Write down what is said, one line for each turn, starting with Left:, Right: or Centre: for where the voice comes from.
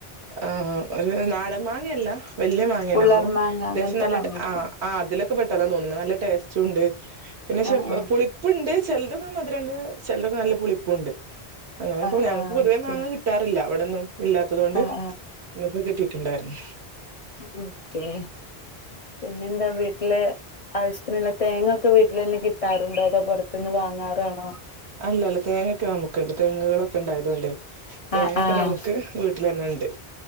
Right: ആഹ് ഒരു നാടൻ മാങ്ങയല്ല വല്യ മാങ്ങയാണ്
Left: ഉള്ളർ
Right: അപ്പൊ
Left: മാങ്ങ
Right: അത്യാവശ്യം
Left: അങ്ങനത്തെ
Right: നല്ല
Left: മാങ്ങായിരിക്കും
Right: ആഹ് ആഹ് അതിലൊക്കെ പെട്ടതാ തോന്നുന്നു നല്ല ടെസ്റ്റ്‌ ഉണ്ട് പിന്നെ ശെ
Left: ആഹ്
Right: പുളി പ്പ്ണ്ട് ചിലതൊക്കെ മധുരംണ്ട് ചിലതൊക്കെ നല്ല പുളിപ്പുണ്ട് അങ്ങനെ ഇപ്പോ
Left: ആഹ്
Right: ഞങ്ങക്ക്
Left: ആഹ് ആഹ്
Right: പൊതുവേ
Left: ഓക്കെ
Right: മാങ്ങ കി- - ട്ടാറില്ല ഇവിടന്നും ഇല്ലാത്തത് കൊണ്ട്
Left: ആഹ്
Right: ഇന്നിപ്പോ കിട്ടിയിട്ടുണ്ടായിരുന്നു
Left: ക്കെ പിന്നെ എന്താ വീട്ടില് ആവശ്യത്തിനുള്ള തേങ്ങൊക്കെ വീട്ടിൽ നിന്ന് കിട്ടാറുണ്ടോ അതോ പുറത്തുന്ന് വാങ്ങാറാണോ?
Right: അല്ലല്ല തേങ്ങൊക്കെ നമുക്കുണ്ട് തെങ്ങുകളൊക്കെ ഉണ്ടായതൊണ്ട് തേങ്ങക്കെ
Left: ആഹ് ആഹ്
Right: നമുക്ക് വീട്ടിലെന്നെ ഉണ്ട്